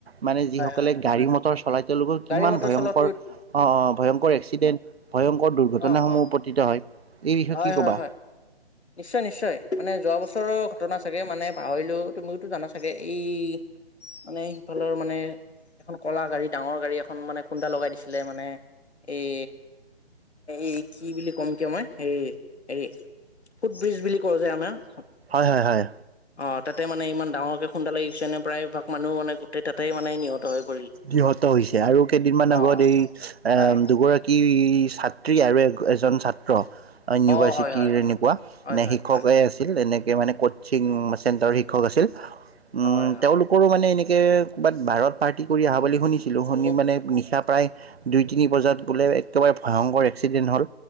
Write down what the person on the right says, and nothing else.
মানে যিসকলে
গাড়ী-মটৰ চলাই তেওঁলোকৰ কিমান
ভয়ংকৰ
অ অ ভয়ংকৰ এক্সিডেণ্ট ভয়ংকৰ দুৰ্ঘটনাসমূহ
উপতত হয়। এই বিষয়ে
কি ক'বা?
হয় হয় হয়।
নিহত হৈছে। আৰু কেইদিনমান
আগত এই এ
দুগৰাকী কি ছাত্ৰী আৰু এজন ছাত্ৰ ইউনিভাৰ্চিটিৰ
এনেকুৱা
নে
শিক্ষকে
আছে তেওঁলোকে তেনেকে শৈক্ষিক আছিল।
কৰো মানে, এনেকৈ ক'ৰবাত বাহত পাৰ্টি কৰি আহা বুলি শুনিছিলোঁ
শুনি মানে নিশা প্ৰায়। দুই তিনি বজাত বোলে একেবাৰে ভয়ংকৰ এক্সিডেণ্ট হ'ল।